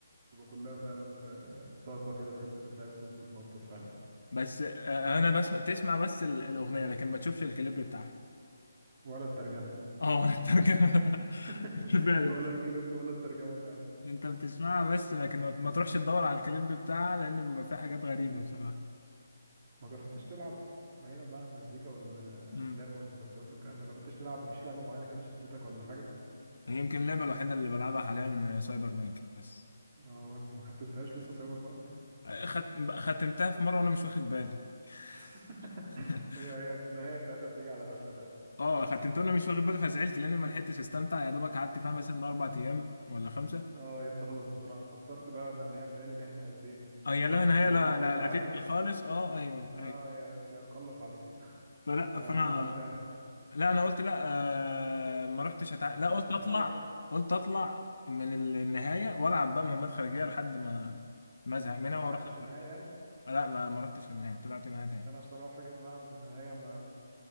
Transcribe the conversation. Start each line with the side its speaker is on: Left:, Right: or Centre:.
Right: تبقى كلها فعلا آه، طاقة كده تحس ان انت عايز تقوم تتنطط فعلا
Left: بس آه، انا بسمع تسمع بس ال- الاغنيه لكن ما تشوفش الكليب بتاعها
Right: ولا الترجمة
Left: اه ولا الترجمه
Right: <laughs>
Left: <laughs> فعلا
Right: ولا الكليب ولا الترجمة فعلا
Left: انت بتسمعها بس لكن ما ما تروحش تدور على الكليب بتاعها لان بيبقى فيه حاجات غريبه بصراحه
Right: ما جربتش تلعب بعيدا بقى عن المزيكا والافلام
Left: امم
Right: والمسلسلات والكلام ده جربتش تلعب مفيش لعبه معينه كده شدتك ولا حاجه
Left: يمكن اللعبه الوحيده اللي بلعبها حاليا سايبر بانك بس
Right: اه ودي ما ختمتهاش لسه سايبر بانك
Left: آه، خت... ختمتها في مره وانا مش واخد بالي
Right: <laughs>
Left: <laughs>
Right: هي هي النهايه بتاعتها بتيجي على غفله فعلا
Left: اه ختمت وانا مش واخد بالي فزعلت لاني ما لحقتش استمتع يا دوبك قعدت فيها
Right: طب
Left: مثلا
Right: إنت-
Left: اربع ايام ولا خمسه
Right: اه هي بتخلص بسرعه انت اخترت بقى لان هي بتهيألي ليها نهايتين
Left: اه
Right: واحده
Left: يا لا
Right: انك
Left: نهايه
Right: تطلعه
Left: لا لا
Right: يتعالج
Left: لا تقفل خالص اه ايوه
Right: اه
Left: ايوه
Right: يا يا تخلص عليه
Left: فلا
Right: انت
Left: فانا
Right: عملت يعني
Left: لا انا قلت لا آه ما رحتش أتع... لا
Right: طلعته
Left: قلت اطلع
Right: يتعالج
Left: قلت اطلع من النهايه والعب بقى مهمات خارجيه لحد ما ما ازهق منها
Right: بس ما
Left: واروح
Right: لعبتش
Left: أخرج.
Right: النهايه يعني
Left: لا ما ما رحتش للنهايه طلعت منها تاني
Right: انا بصراحه جيت بقى عند النهايه ما